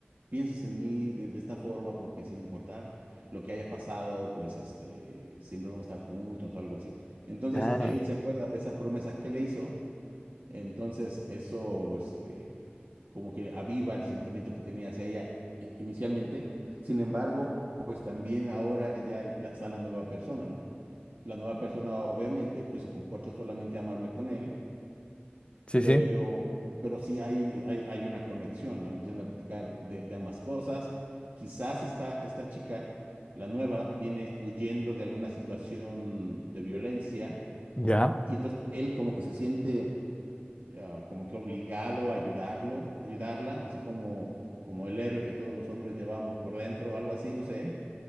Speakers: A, on the right; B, on the left.
A: pienses en mí de, de esta forma, porque sin importar lo que haya pasado, pues, este, siempre vamos a estar juntos o algo así. Entonces,
B: Ah,
A: él se acuerda de esa promesa que le hizo entonces, eso, este, como que aviva el sentimiento que tenía hacia ella i- inicialmente. Sin embargo, pues también ahora ya el- la- está la nueva persona, ¿no? La nueva persona obviamente pues se comporta solamente amable con él,
B: sí,
A: pero,
B: sí.
A: pero sí hay, hay, hay una conexión, ¿no? Empiezan a platicar de, de ambas cosas. Quizás esta, esta chica, la nueva, viene huyendo de alguna situación de violencia
B: Ya.
A: y entonces él como que se siente ah, como que obligado a ayudarlo, ayudarla, así como, como el héroe que todos los hombres llevamos por dentro, algo así, no sé.